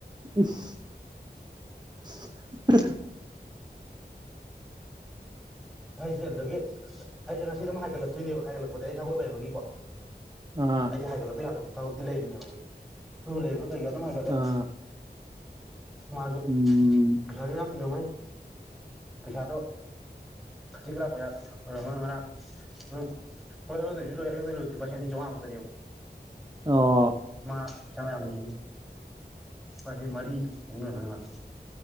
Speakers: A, on the right; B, in the centre.
A: ꯏꯁ <unintelligible>
B: ꯍꯥꯏꯖꯈꯔꯒꯦ ꯑꯩꯁꯦ ꯉꯁꯤ ꯑꯗꯨꯝ ꯍꯥꯏꯒꯠꯂꯛꯇꯣꯏꯅꯦꯕ ꯍꯥꯏꯒꯠꯂꯛꯄꯗꯤ ꯑꯩ ꯊꯕꯛ ꯂꯩꯕꯒꯤꯀꯣ
A: ꯑꯥ
B: ꯑꯩ ꯍꯥꯏꯒꯠꯂꯛꯇ ꯌꯥꯗꯕ ꯊꯕꯛꯇꯤ ꯂꯩꯔꯤꯅꯦꯕ ꯑꯗꯨ ꯂꯩꯕꯒ ꯀꯩꯀꯥ ꯑꯗꯨꯝ ꯍꯥꯏꯒꯠꯂꯛꯑꯦ
A: ꯑꯥ
B: ꯃꯥꯁꯨ
A: ꯎꯝ
B: ꯄꯩꯁꯥꯁꯨ ꯌꯥꯝ ꯇꯤꯡꯉꯝꯃꯅꯤ ꯄꯩꯁꯥꯗꯣ ꯈꯖꯤꯛ ꯈꯔꯥꯛ ꯃꯌꯥ ꯑꯣꯏꯔꯝ ꯃꯔꯣꯏ ꯎꯝ ꯍꯣꯏ ꯑꯩꯉꯣꯟꯗꯩꯁꯨ ꯂꯣꯏ ꯑꯩꯉꯣꯟꯗꯩ ꯂꯣꯏꯕꯗꯨꯗꯤ ꯂꯨꯄꯥ ꯂꯤꯁꯤꯡ ꯑꯅꯤ ꯆꯥꯝꯃꯉꯥ ꯃꯨꯛꯇꯅꯦꯕ
A: ꯑꯣ
B: <inaudible> ꯂꯨꯄꯥ ꯂꯤꯁꯤꯡ ꯃꯔꯤ ꯃꯨꯛ ꯂꯩꯔꯝꯒꯅꯤ ꯃꯥ